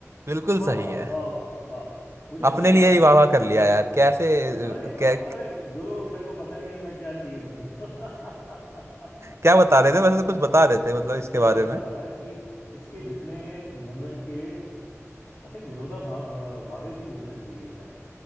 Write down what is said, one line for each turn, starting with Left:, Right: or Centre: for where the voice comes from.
Right: बिल्कुल
Left: वाह
Right: सही
Left: वाह
Right: है
Left: वाह वाह वाह वाह मुझे इतना
Right: अपने
Left: याद
Right: लिए ही
Left: है
Right: वाह वाह कर लिया यार कैसे अ,
Left: अरे वाह,
Right: क्या <laughs>
Left: अरे गुरु तेरे को पता नहीं है मैं क्या चीज हूँ <laughs>
Right: क्या बता रहे थे वैसे तो कुछ बता रहे थे मतलब इसके
Left: मैं
Right: बारे
Left: ये बता
Right: में
Left: रहा था कि इसके जितने मूवमेंट के आई थिंक विनोदा भा, अ, भावे की मूवमेंट थी ये शायद